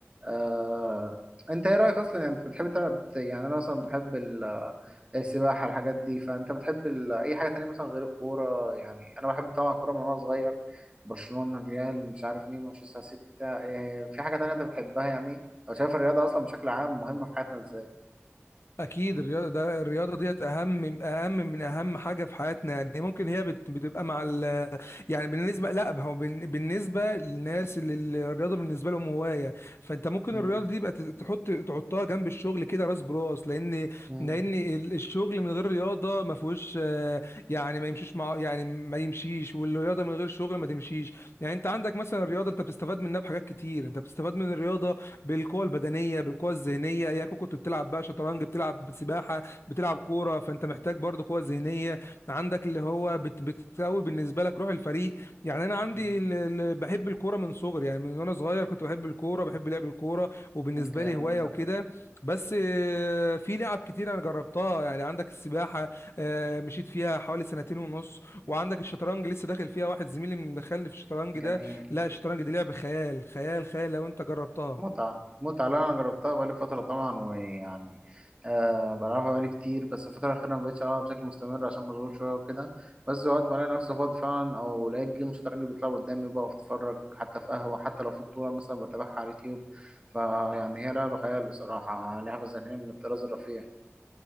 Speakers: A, on the right; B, on the left.
A: آه، انت ايه رايك اصلا يعني انت بتحب تلعب يعني انا مثلا بحب ال- السباحه الحاجات دي فانت بتحب ال... اي حاجه تانية مثلا غير الكوره يعني انا بحب طبعا الكوره من وانا صغير برشلونه الريال مش عارف مين مانشستر سيتي بتاع إيه في حاجه تانية انت بتحبها يعني او شايف الرياضه اصلا بشكل عام مهمه في حياتنا ازاي
B: أكيد الرياضة ده الرياضة ديت أهم أهم من أهم حاجة في حياتنا يعني ممكن هي بت- بتبقى مع ال يعني بالنسبة لا ما هو بال- بالنسبة للناس اللي اللي الرياضة بالنسبة لهم هواية فأنت ممكن
A: مم.
B: الرياضة دي يبقى ت- تحط تحطها جنب الشغل كده راس براس لأن
A: مم.
B: لأن ال- الشغل من غير رياضة ما فيهوش آه، يعني ما يمشيش مع يعني ما يمشيش والرياضة من غير شغل ما تمشيش يعني أنت عندك مثلا الرياضة أنت بتستفاد منها بحاجات كتير أنت بتستفاد من الرياضة بالقوه البدنيه بالقوه الذهنيه يا كنت بتلعب بقى شطرنج بتلعب سباحه بتلعب كوره فانت محتاج برضو قوه ذهنيه عندك اللي هو بت بتساوي بالنسبه لك روح الفريق يعني انا عندي
A: مم.
B: ال- ال- بحب الكوره من صغري يعني من وانا صغير كنت بحب الكوره بحب لعب الكوره وبالنسبه
A: جامد
B: لي هوايه
A: ده
B: وكده بس آه، في لعب كتير انا جربتها يعني عندك السباحه آه، مشيت فيها حوالي سنتين ونص وعندك الشطرنج لسه داخل فيها واحد زميلي مدخلني في الشطرنج ده
A: جميل
B: لا الشطرنج دي لعب خيال خيال خيال لو انت جربتها
A: متعة متعة لا أنا جربتها بقالي فترة طبعا ويعني آه بلعبها بقالي كتير بس الفترة الأخيرة ما بقتش ألعبها بشكل مستمر عشان مشغول شوية وكده بس وقت ما ألاقي نفسي فاضي فعلا أو لقيت جيم شطرنج بيتلعب قدامي بقف أتفرج حتى في قهوة حتى لو في بطولة مثلا بتابعها على اليوتيوب فيعني هي لعبة خيال بصراحة لعبة ذهنية من الطراز الرفيع